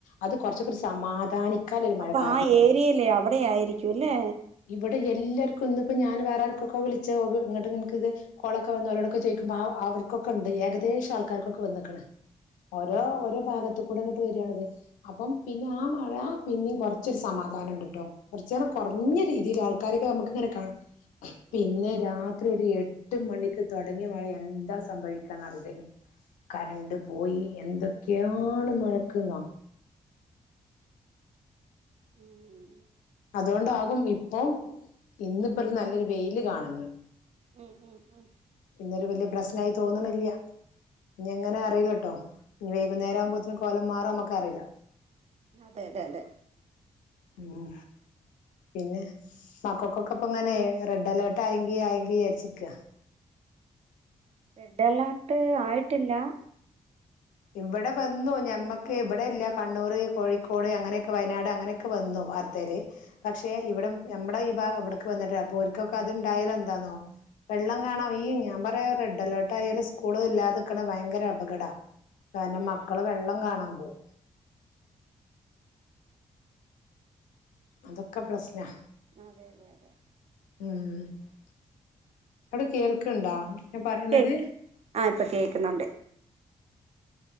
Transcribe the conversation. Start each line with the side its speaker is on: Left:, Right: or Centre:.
Left: അത് കുറച്ചൊക്കെ
Right: അയ്യോ
Left: സമാധാനിക്കൽ ഒരു മഴ
Right: അപ്പൊ
Left: കാറ്റൊക്കെ
Right: ആ
Left: ഉണ്ട്
Right: ഏരിയയിലെ അവിടെ ആയിരിക്കും അല്ലേ
Left: ഇവിടെ എല്ലർ ഇന്നിപ്പം ഞാൻ വേറാർ കേകോ വിളിച്ച കോ ഇങ്ങോട്ട് എനിക്കിത് കേളോക്കെ വന്നവരോടെകെ ചോയിക്കുമ്പം ആ അവർ കൊക്കെണ്ട് ഏഗദേശ ആൾകാർകൊക്കെ വന്ന്ക്ണ് ഓരോ
Right: ഉം
Left: ഒര്
Right: ഉം
Left: ഭാഗത്ത്‌കുടി ഇങ്ങ്ട്ട് വരണിത് അപം പിന്ന ആ മഴ പിന്നിം കോർച്ചൊരു സമാധാനണ്ട്ട്ടൊ കൊറ്ചേരം കൊറഞ്ഞ രീതിയില് ആൾക്കാരൊക്കെ ഞമക്ക് ഇങ്ങന കാണും
Right: ഉം
Left: പിന്ന
Right: ഉം
Left: രാത്രി ഒര് എ ട്ട് മണിക്ക് തൊടങ്ങി മഴ ആണ് ന്ത സംഭവിക്കാന്ന് റീലലൊ കറന്റ് പോയി എന്തൊക്കാണ് മഴക്ക്ന്നോ
Right: ഉം
Left: അതോണ്ടാകും ഇപ്പൊ ഇന്ന്
Right: ഉം
Left: പൊരു നല്ലൊരു വെയി ന്ന് കാണ്ന്ന്
Right: ഉം ഉം ഉം
Left: എന്തൊരു വല്യ പ്രശ്‌നായി തോന്ന്ന്നില്ല ഞ്ഞി എങ്ങനെ അറീല ട്ടൊ വൈകുന്നേര വുമ്പത്തിന് കോലം മാറോ മക്കറീല
Right: അതെതെതെ
Left: ഉം പിന്നെ മകക്കൊപ്പ്ങ്ങനെ റെഡ്‌ അലർട്ടായെങ്കി ആയെങ്കി വിചാരിച് നിക്ക
Right: റെഡ് അലർട്ട് ആയിട്ടില്ല
Left: ഇവ്ടെപ്പന്നും ഞമ്മക് ഇവ്ടെ ഇല്ല കണ്ണൂറ്, കോഴിക്കോട്, അങ്ങനൊക്കെ വയനാട് അങ്ങനൊക്കെ വന്നു. വാർത്തേല്. പക്ഷേ ഇവ്ടം ഞമ്മ്ടെ ഈ ഭാഗം ഇവ്ട്ക്ക് വന്നിട്ടില്ല അപ്പൊ ഓല് കൊക്കെ അത്ണ്ടായാലെന്താന്നൊ. വെള്ളം കാണാൻ ഞാ പറയ റെഡ് അലർട്ടായാല് സ്കൂൾ ഇല്ലാതിരിക്ക്ണെ ഭയങ്കര അപകട കാരണം
Right: ഉം
Left: മക്കള് വെള്ളം കാണാ പോവും അതൊക്കെ പ്രശ്നാ
Right: അതെതെതെ
Left: ഉം ഞാൻ പറയണത്
Right: പെ ആഹ് ഇപ കേക്ക്ന്ന്ണ്ട്